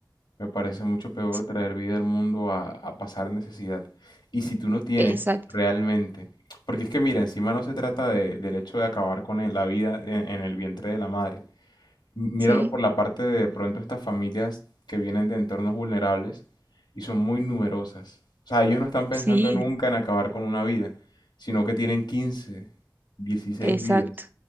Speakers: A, on the left (about 85°); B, on the right (about 25°).
A: Me parece mucho peor
B: Sí,
A: traer vida al mundo a, a pasar necesidad. Y si tú no tienes
B: Exacto,
A: realmente, porque es que mira, encima no se trata de- del hecho de acabar con el- la vida en, en el vientre de la madre. M- Míralo
B: sí,
A: por la parte de, de pronto estas familias que vienen de entornos vulnerables y son muy numerosas. O sea, ellos no están pensando
B: sí,
A: nunca en acabar con una vida, sino que tienen quince dieciséis
B: exacto.
A: vidas.